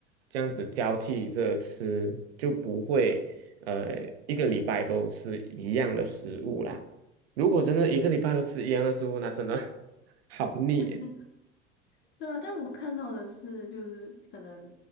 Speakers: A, on the right; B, on the left.
A: 这样子交替着吃，就不会呃一个礼拜都吃一样的食物啦。如果真的一个礼拜都吃一样的食物，那真的 <laughs> 好腻耶。
B: <laughs> 对啊，但我看到的是，就是可能